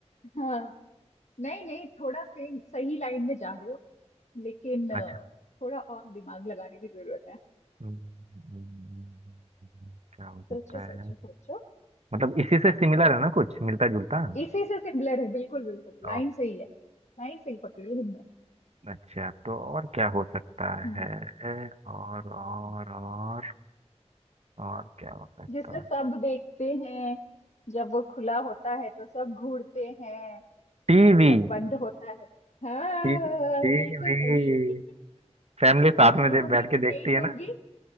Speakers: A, on the left; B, on the right.
A: हाँ नहीं नहीं थोड़ा सेम सही लाइन में जा रहे हो लेकिन अ,
B: अच्छा
A: थोड़ा और दिमाग लगाने की जरूरत है
B: हम्म, हम्म, क्या हो सकता
A: सोचो सोचो
B: है
A: सोचो
B: मतलब इसी से सिमिलर है ना कुछ मिलता जुलता
A: इसी से सिमिलर है बिल्कुल बिल्कुल लाइन
B: ओ,
A: सही है लाइन सही पकड़ी तुमने
B: अच्छा तो और क्या हो सकता
A: हम्म
B: है और और और और क्या हो सकता
A: जिसे सब
B: है
A: देखते हैं जब वो खुला होता है तो सब घूरते हैं
B: टीवी
A: और जब बंद होता है हाँ
B: टीवी टीवी
A: बिल्कुल सही <laughs>
B: फैमिली साथ में
A: देखो
B: दे, बैठ
A: हिंट
B: के
A: नहीं
B: देखती
A: दूंगी
B: है ना